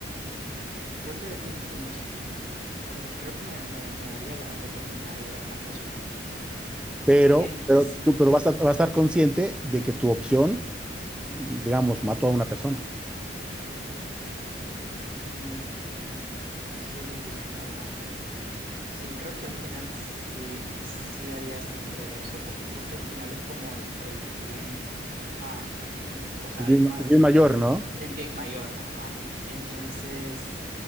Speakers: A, on the right (about 50°); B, in the centre.
A: Creo que el conocimiento, porque creo que me, me, me daría la, la oportunidad de ayudar a más personas a futuro, pues.
B: Pero,
A: Si bien
B: pero
A: es,
B: tú,
A: ujú,
B: pero vas a, vas a estar consciente de que tu opción, digamos, mató a una persona.
A: mm, sí es difícil, la verdad. Sí, creo que al final sí, sí haría siempre eso, porque creo que al final es como el, el bien, ah, en- o sea,
B: Es bien,
A: el más,
B: es bien mayor, ¿no?
A: el bien mayor, ajá. Entonces,